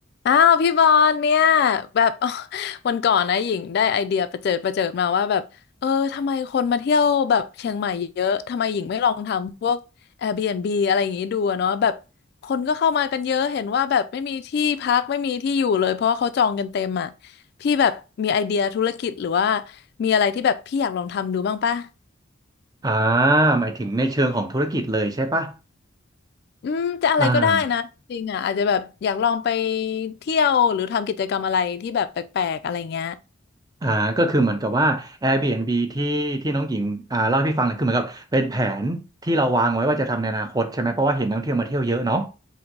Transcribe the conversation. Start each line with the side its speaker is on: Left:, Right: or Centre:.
Left: อ้าวพี่บอลเนี่ยแบบ <laughs> อ๋อวันก่อนนะหญิงได้ไอเดียประเจิดประเจิดมาว่าแบบเออทำไมคนมาเที่ยวแบบเชียงใหม่เยอะทำไมหญิงไม่ลองทำพวก Airbnb อะไรอย่างงี้ดูอะเนาะแบบคนก็เข้ามากันเยอะเห็นว่าแบบไม่มีที่พักไม่มีที่อยู่เลยเพราะว่าเขาจองกันเต็มอ่ะพี่แบบมีไอเดียธุรกิจหรือว่ามีอะไรที่แบบพี่อยากลองทำดูบ้างปะ
Right: อ่าหมายถึงในเชิงของธุรกิจเลยใช่ปะ
Left: อืมจะอะไรก็ได้นะจริงอ่ะอาจจะแบบอยากลองไป
Right: อ่า
Left: เที่ยวหรือทำกิจกรรมอะไรที่แบบแปลกๆอะไรเงี้ย
Right: อ่าก็คือเหมือนกับว่า Airbnb ที่ที่น้องหญิงอ่าเล่าให้พี่ฟังเนี่ยคือเหมือนกับเป็นแผนที่เราวางไว้ว่าจะทำในอนาคตใช่ไหมเพราะว่าเห็นนักท่องเที่ยวมาเที่ยวเยอะเนาะ